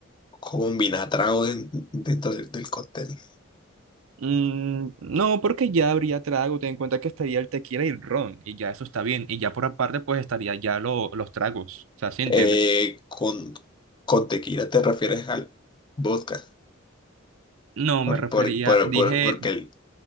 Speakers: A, on the left (about 20°); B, on the right (about 75°).
A: combinar trago den- dentro del, del cóctel.
B: Mm, no, porque ya habría trago, ten en cuenta que estaría el tequila y el ron, y ya eso está bien, y ya por aparte pues estaría ya lo- los tragos, o sea, ¿sí entiendes?
A: Eh, con, con tequila te refieres al vodka,
B: No,
A: por-
B: me refería,
A: por- por-
B: dije,
A: por- porque el,